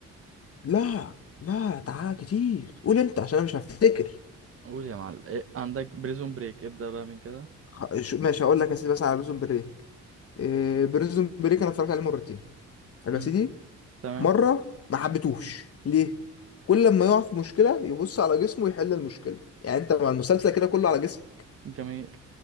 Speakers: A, on the left; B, on the right.
A: لا لا تعال كتير قول انت عشان انا مش هفتكر
B: قول يا معلم إيه عندك بريزون بريك ابدأ بقى من كده
A: خ- شو- ماشي هقول لك يا سيدي مثلا على بريزون بريك إيه بريزون بريك انا اتفرجت عليه مرتين حلو
B: مم.
A: يا سيدي
B: تمام
A: مره ما حبيتهوش ليه كل لما يقع في مشكله يبص على جسمه يحل المشكله يعني انت مع المسلسل كده كله على جسمه
B: جميل